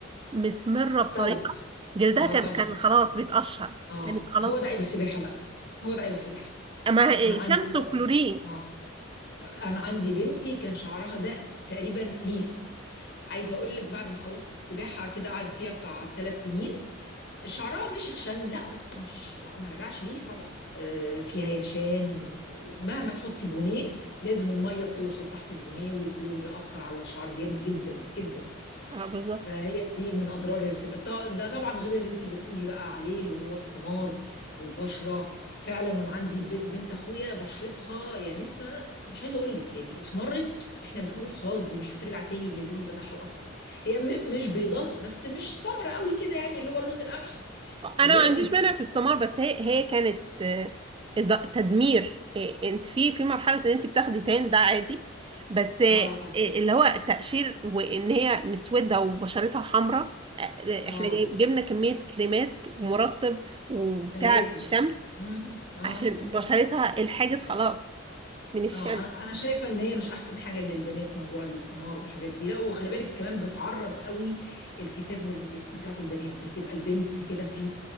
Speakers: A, on the right (about 25°); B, on the left (about 60°).
A: مسمره بطريقه
B: استوت
A: جلدها
B: اه
A: كان
B: طبعا
A: كان خلاص بيتقشر
B: اه
A: كانت خلاص
B: هو ده عيب السباحة بقى هو ده عيب السباحة
A: ما هي-
B: انا عندي
A: شمس
B: برضه
A: وكلورين
B: اه انا عندي بنتي كان شعرها ده تقريبا ليس عايزة اقول لك بعد ما خلصت السباحة كده قعدت فيها بتاع ثلاث سنين شعرها مش خشن لا بس مش لا ما رجعش ليس طبعا آه، في هيشان مهما تحطي بونيه لازم المية بتوصل تحت البونيه والكلور بيأثر على الشعر جامد جدا جدا
A: اه بالظبط
B: فهي دي من اضرار السباحه ط- ده طبعا غير اللي انت بتقولي بقى عليه اللي هو السمار والبشره فعلا انا عندي بنت بنت اخويا بشرتها يا نسمه مش عايزه اقول لك يعني اسمرت احنا بنقول خلاص دي مش هترجع تاني للون بتاعها الاصلي هي م مش بيضه بس مش سمرة قوي كده يعني اللي هو اللون القمحي
A: انا
B: دلوقتي
A: ما عنديش مانع في السمار بس هي هي كانت آه، إض- تدمير آه، انت في في مرحله ان انت بتاخدي تان ده عادي بس آه،
B: اه
A: اللي هو تقشير وان هي مسوده وبشرتها حمراء آه، آه،
B: اه
A: احنا جايب- جبنا كميه كريمات ومرطب وبتاع
B: ده لازم
A: الشمس
B: امم اه
A: عشان
B: اه
A: بشرتها الحاجز خلاص من الشمس
B: اه انا انا شايفه ان هي مش احسن حاجه للبنات موضوع السمار والحاجات دي لا وخلي بالك كمان بتعرض قوي الكتاف بت- بتاعت البنات بتبقى البنت كده في